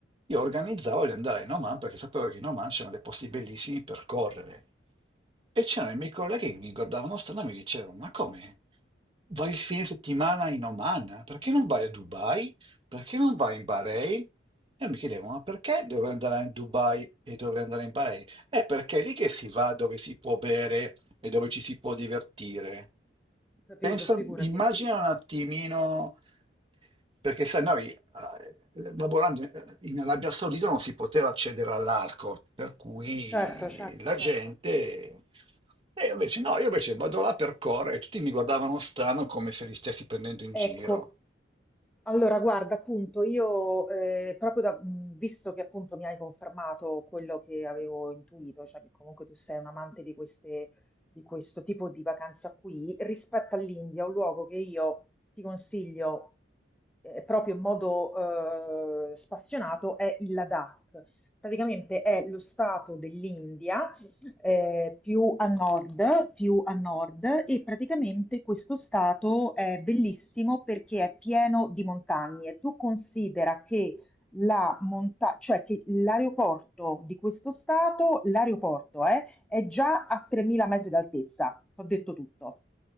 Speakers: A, on the right; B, in the centre.
A: Io organizzavo di andare in Oman perché sapevo che in Oman c'erano dei posti bellissimi per correre. E c'erano i miei colleghi che mi guardavano strano e mi dicevano: Ma come? Vai il fine settimana in Oman? Perché non vai a Dubai? Perché non vai in Bahrain? E mi chiedevo: Ma perché dovrei andare in Dubai e dovrei andare in Bahrain? È perché è lì che si va dove si può bere e dove ci si può divertire.
B: capito,
A: Pensa,
B: figurati,
A: immagina
B: <laughs> sì.
A: un attimino perché sai, noi eh, lavorando in in Arabia Saudita non si poteva accedere all'arco, per cui
B: Certo, certo,
A: la
B: certo.
A: gente... E io invece no, io invece vado là per correre e tutti mi guardavano strano come se li stessi prendendo in
B: Ecco,
A: giro.
B: allora guarda, appunto, io eh, proprio da, mh, visto che appunto mi hai confermato quello che avevo intuito, cioè che comunque tu sei un amante di queste, di questo tipo di vacanza qui, rispetto all'India, un luogo che io ti consiglio eh, proprio in modo eh, spassionato è il Ladakh. Praticamente è lo stato dell'India eh, più a nord, più a nord e praticamente questo stato è bellissimo perché è pieno di montagne. Tu considera che la monta- cioè che l'aeroporto di questo stato, l'aeroporto eh, è già a 3000 metri d'altezza, ho detto tutto.